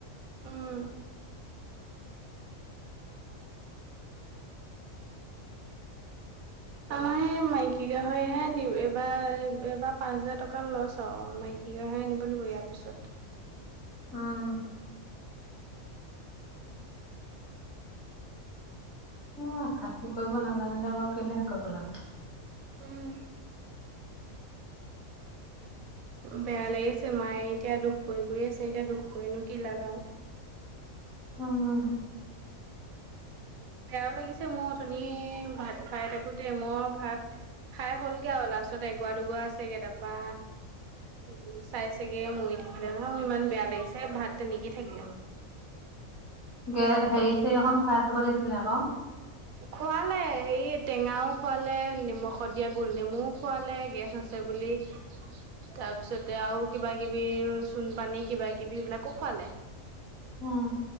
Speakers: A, on the right; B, on the left.
A: উম। আমাহে মাইকী গাহৰিহে আনিম। এবাৰ এবাৰ পাঁচ হাজাৰ টকা লছ হ'ল। মাই কী গাহৰি আনিব লাগিব ইয়াৰ পিছত।
B: উম। উ খাচী কৰিব নাজানিলে বাৰু কেলেহে কৰিব লাগে।
A: উম।
B: <inaudible>
A: বেয়া লাগিছে, মায়ে এতিয়া দুখ কৰি কৰি আছে, এতিয়া দুখ কৰিনো কি লাভ আৰু।
B: উম।
A: বেয়াও লাগিছে মোৰ অথনিয়ে ভাত খোৱাই থাকোতে মই ভাত খাই হ'লগে আৰু, লাষ্টত এগৱা দুগৱা আছেগে, তাৰপা উ চাই চেগে মৰি থাকিলে নহয় মোৰ ইমান বেয়া লাগিছে ভাত তেনেকেয়ে থাকিলে মোৰ।
B: গে হেৰি চেৰি অকন খুৱাই চাব লাগিছিলে আক।
A: খুৱালে, হেৰি টেঙাও খুৱালে, নিমখত দিয়া গোল নেমুও খুৱালে, গেছ হৈছে ছে বুলি। তাৰপিছতে আৰু কিবা কিবি, চুণ পানী কিবা কিবি এই বিলাকো খুৱালে।
B: উম।